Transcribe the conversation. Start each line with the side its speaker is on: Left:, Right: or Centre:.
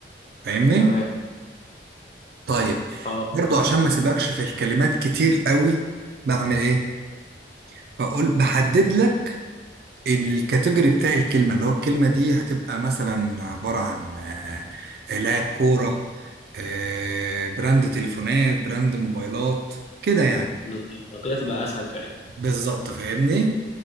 Right: فاهمني
Left: تمام
Right: طيب
Left: اه
Right: برضو عشان ما سيبكش في الكلمات كتير قوي بعمل ايه بقول بحدد لك الكاتيجوري بتاع الكلمة اللي هو الكلمة دي هتبقى مثلا عبارة عن آه، لاعب كورة آه، براند تليفونات براند موبايلات كده يعني
Left: بالظبط لو كده تبقى أسهل فعلا
Right: بالظبط فاهمني